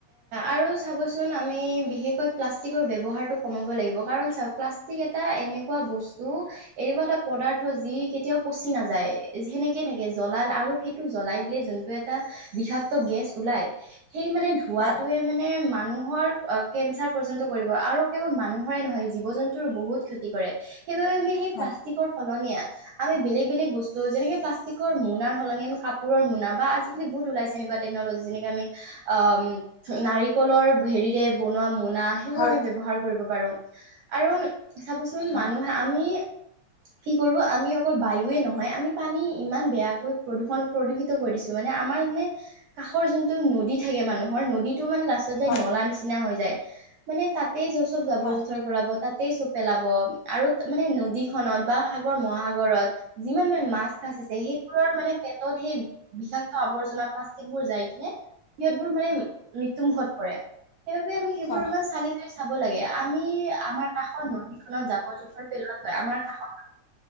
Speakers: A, on the right; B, on the left.
A: আৰু চাবচোন আমি বিশেষকৈ প্লাষ্টিক ব্যৱহাৰ তো কমাব লাগিব। কাৰণ, প্লাষ্টিক এটা এনেকুৱা বস্তু এনেকুৱা এটা পদাৰ্থ যি কেতিয়াও পচি নাযায় সেনেকে থাকে জ্বলাল আৰু সেইটো জ্বলাই দিলে যোনটো এটা বিষাক্ত গেছ ওলাই সেই মানে ধোৱাটোৱে
B: হয়
A: মানে মানুহৰ কেঞ্চাৰ পৰ্যন্ত কৰিব আৰু কেৱল মানুহৰে নহয় জীৱ জন্তুৰো বহুত ক্ষতি কৰে। সেইবাবে আমি সেই
B: হয়
A: প্লাষ্টিকৰ সলনীয়া আমি বেলেগ বেলেগ বস্তু ত' যেনেকে প্লাষ্টিক মোনাৰ সলনি আমি কাপোৰৰ মোনা বা আজিকালি বহুত ওলাইছে। সেনেকুৱা তেকনলজি যেনেকে আমি আ নাৰিকলৰ হেৰিৰে বনোৱা মোনা সেইবোৰ
B: হয়
A: আমি ব্যৱহাৰ কৰিব পাৰোঁ। আৰু চাবচোন
B: হয়
A: মানুহে আমি <inaudible> কি কৰোঁ আমি অকল বায়ুৱে নহয়, আমি পানী ইমান বেয়াকৈ প্ৰদূষণ প্ৰদূষিত কৰি দিছোঁ। মানে আমাৰ মানে কাষৰ যোনটো নদী থাকে মানুহৰ নদীতটো মানে লাষ্টত যায়
B: হয়
A: নলা নিচিনা হৈ যায়। মানে তাতেই য চব যাব-জোথৰ
B: হয়
A: পৰাব তাতেই চব পেলাব আৰু মানে নদী খনত বা সাগৰ বা মহাসাগৰ ঘৰত যিমান মানে মাছ চাছ আছে সেইবোৰৰ মানে পেটত সেই বিষাক্ত আৱৰ্জনা পল এইবোৰ যাই কিনে সিহঁত বোৰ মানে মৃত্যুমুখত পৰে। সেইবাবে আমি সেইবোৰ
B: হয়
A: অলমান চালি জাৰি চাব লাগে। আমি আমাৰ কাষৰ নদীখনত জাঁবৰ- জো‍ঁথৰ পেলোৱাতকৈ আমাৰ কাষৰ